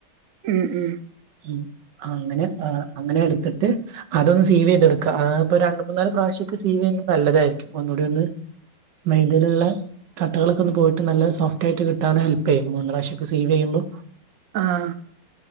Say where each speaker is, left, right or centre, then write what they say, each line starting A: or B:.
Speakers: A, on the right (about 65°); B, on the right (about 80°).
A: ഉം ഉം.
B: ഉം അങ്ങനെ ആഹ് അങ്ങനെ എടുത്തിട്ട് അതൊന്ന് സീവീതെടുക്ക. അതാകുമ്പോ രണ്ട് മൂന്നാല് പ്രാവശ്യോക്ക സീവിയ്യുന്നത് നല്ലതായിരിക്കും. ഒന്നൂടിയൊന്ന് മൈദീല്ള്ള കട്ടകളൊക്കൊന്ന് പോയിട്ട് നല്ല സോഫ്റ്റായിട്ട് കിട്ടാന് ഹെൽപ്പയ്യും. മൂന്ന് റാശ്യക്കൊ സീവീയ്യുമ്പോ
A: ആഹ്